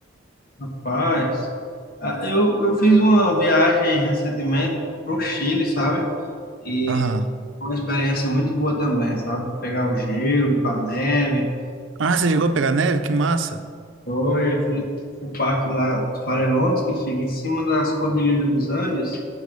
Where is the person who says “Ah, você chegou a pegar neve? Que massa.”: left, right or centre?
Right